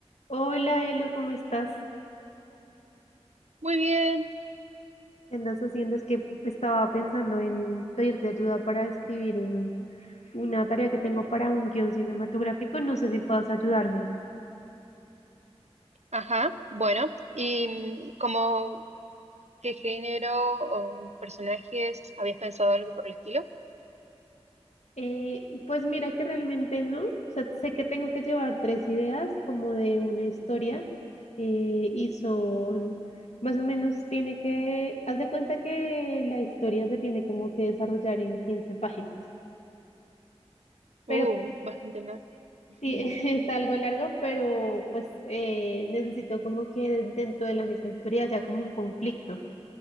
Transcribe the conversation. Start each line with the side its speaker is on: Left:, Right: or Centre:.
Left: Hola Elu, ¿cómo estás?
Right: Muy bien,
Left: ¿Qué andas haciendo? Es que estaba pensando en pedirte ayuda para escribir un, una tarea que tengo para un guión cinematográfico. No sé si puedas ayudarme.
Right: ajá, bueno, y mm, como qué género o personajes habías pensado algo por el estilo?
Left: Eh, pues mira que realmente no. O sea, sé que tengo que llevar tres ideas como de una historia eh, y son más o menos tiene que, haz de cuenta que la historia se tiene como que desarrollar en 15 páginas. Pero
Right: Uh, bastante largo.
Left: Sí,
Right: Ujú.
Left: <laughs> es algo largo, pero pues eh, necesito como que dentro de la misma historia haya como un conflicto.